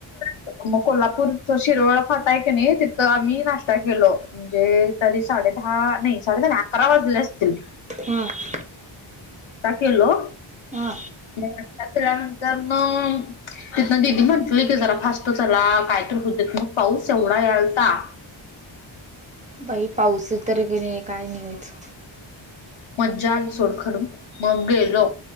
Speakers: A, on the left; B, on the right.
A: अ म कोल्हापूरचा शिरवळा फाटायक नाही तिथं आम्ही नाश्ता केलो. म्हणजे तरी साडे दहा नाही साडे दहानाही अकरा वाजले असतील.
B: हां.
A: काय केेलो.
B: हा.
A: <unintelligible> आपल्यानंतर मग. तिथन दिदी म्हंटले की जरा फास्ट चला कायतरी होत <unintelligible> मग पाऊस एवढा यालता. ह <inaudible>
B: बाई पाऊस ईतरी क नाही काय नाही <unintelligible> ह्यच.
A: मजा आली सोडखर मग गेलो